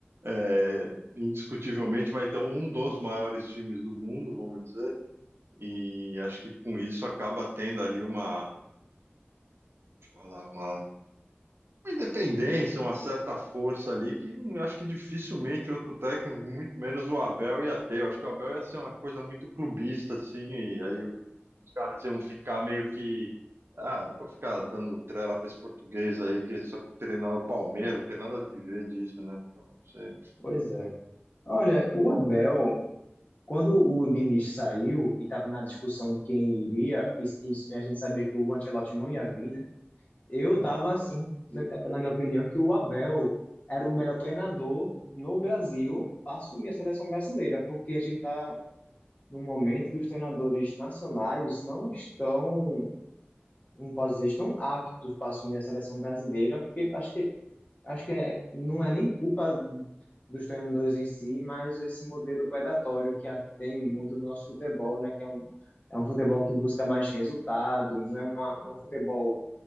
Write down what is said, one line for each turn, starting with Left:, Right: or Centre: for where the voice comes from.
Right: é, indiscutivelmente vai ter um dos maiores times do mundo, vamos dizer, e acho que com isso acaba tendo ali uma, falar, uma, uma independência, uma certa força ali, que não acho que dificilmente outro técnico, muito menos o Abel, ia ter. Eu acho que o Abel ia ser uma coisa muito clubista, assim, e aí Os caras iam ficar meio que. Ah, não vou ficar dando trela pra esse português aí que só treinar o Palmeiras, não tem nada a ver disso, né? Então, não sei.
Left: pois é. Olha, o Abel. Quando o Diniz saiu e estava na discussão de quem iria, e, e a gente sabia que o Ancelotti não ia vir, né? Eu
Right: Uhum,
Left: estava assim, na, na minha opinião, que o Abel era o melhor treinador no Brasil para assumir a seleção brasileira, porque a gente está num momento que os treinadores nacionais não estão, não posso dizer, estão aptos para assumir a seleção brasileira, porque acho que acho que é, não é nem culpa dos treinadores em si, mas esse modelo predatório que a- tem muito no nosso futebol, né? Que é um, é um futebol que busca mais resultado, não é, uma, não é um futebol